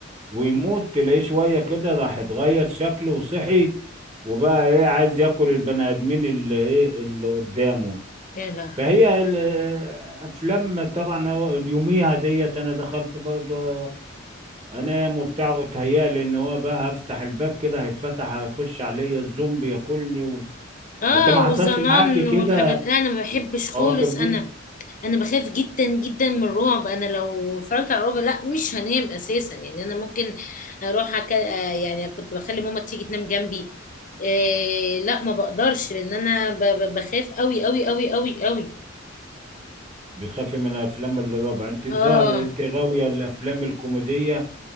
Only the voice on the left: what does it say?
يا لهوي
اه
والظنان
والحاجات انا ما بحبش خالص
انا انا بخاف جدا جدا من الرعب انا لو اتفرجت على الرعب لا مش هنام اساسا يعني انا ممكن اروح أك... آه، يعني كنت بخلي ماما تيجي تنام جنبي إيه لا ما بقدرش لان انا ب... ب- بخاف قوي قوي قوي قوي قوي
اه